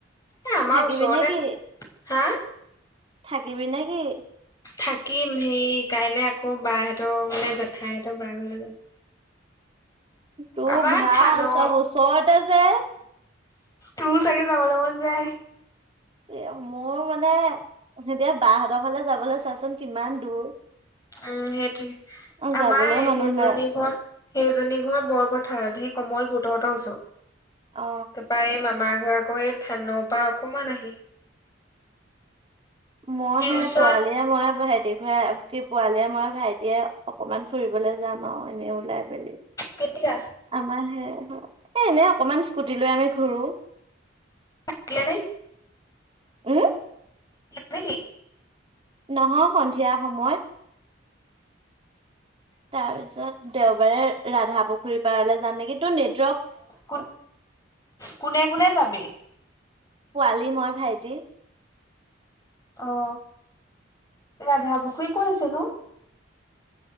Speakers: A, on the left (about 15°); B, on the right (about 25°).
A: এ আমাৰ
B: থাকিবি
A: ওচৰতে।
B: নে কি?
A: হা
B: থাকিবি নে কি?
A: থাকিম হেই কাইলে আকৌ বাৰ হঁতৰ মানে জেঠাই হতৰ বাৰ ঘৰলে যাম।
B: তোৰ
A: আমাৰ
B: ভাল
A: থানৰ
B: চব ওচৰতে যে।
A: তুৰো চাগে যাবলে মন যায়?
B: এ মোৰ মানে ইতিয়া বাহঁতৰ ফালে যাবলৈ চাচোন কিমান দূৰ।
A: উম সেইটোয়ে
B: অ'
A: আমাৰ
B: যাবলে মানুহ
A: সেইজনী
B: নাই।
A: ঘৰ সেই এজনী ঘৰ বৰ পথাৰত সেই কমলপুৰ তহঁতৰ ওচৰ
B: অ'।
A: তাপা এই মামাৰ কৰ থানৰ পা অকমান আহি
B: মই
A: টিউচন
B: হে পোৱালিয়ে মই ৰাতি ঘূৰা কি পোৱালীয়ে মই ভাইটিয়ে অকমান ফুৰিবলৈ যাম আৰু এনেই ওলাই পেলি
A: কেতিয়া?
B: আমাৰ হে এ এনেই অকমান স্কুটি লৈ আমি ঘুৰো।
A: দিয়ে
B: উম,
A: নেকি
B: নহয় সন্ধিয়া সময়ত। তাৰ পিছত দেওবাৰে ৰাধাপুখুৰী পাৰলে যাম নেকি, তোৰ নেট
A: কোন কোনে কোনে যাবি?
B: পোৱালি, মই, ভাইটি।
A: অ ৰাধা পুখুৰী কঁত আছে নো?